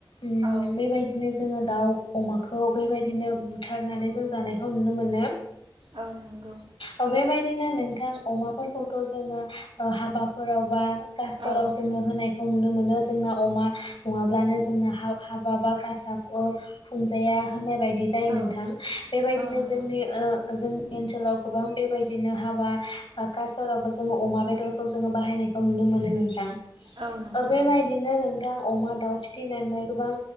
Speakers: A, on the left (about 80°); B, on the right (about 80°).
A: उम
B: औ
A: बेबायदिनो जोङो दाउ अमाखौ बेबायदिनो बुथारनानै जों जानायखौ नुनो मोनो
B: औ नंगौ
A: ओ बेबायदिनो नोंथां अमाफोरखौथ' जोङो ओ हाबाफोराव बा कासफोराव
B: औ
A: जोङो होनाय नुनो मोनो जोंना अमा नङाब्लानो जोंना हा हाबा बा कासा खुंजाया होननाय बायदि जायो
B: औ
A: नोंथां बेबायनो
B: औ नंगौ
A: जोंनि ओ जोंनि नि ओनसोलाव गोबां बेबायदिनो हाबा बा कास फोरावबो जोङो अमा बेदरखौ जोङो बाहायनायखौ नुनो मोनो नोंथां ओ
B: औ नंगौ
A: बेबायदिनो
B: नंगौ
A: नों थां अमा, दाउ फिसिनानै गोबां